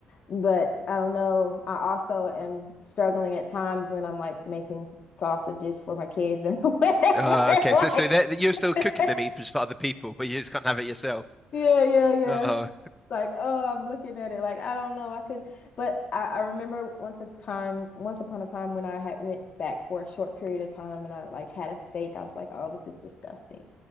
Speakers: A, on the left (about 45°); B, in the centre.
A: But I don't know. I also am struggling at times when I'm like making sausages for my kids and <laughs> whatever.
B: Uh,
A: <laughs>
B: okay,
A: Like,
B: so so that that you're still
A: <laughs>
B: cooking the meat just for other people, but you just can't have it yourself.
A: yeah, yeah, yeah.
B: Oh,
A: Like, oh, I'm looking at it. Like, I don't know. I could, but I, I remember once a time, once upon a time when I had went back for a short period of time and I like had a steak. I was like, oh, this is disgusting.